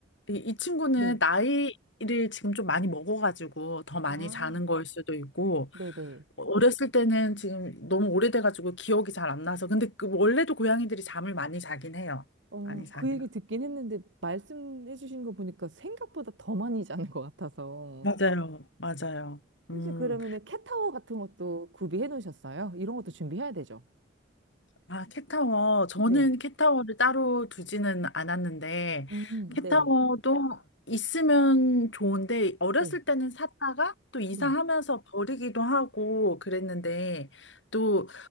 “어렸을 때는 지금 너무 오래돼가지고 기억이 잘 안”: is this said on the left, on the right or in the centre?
Left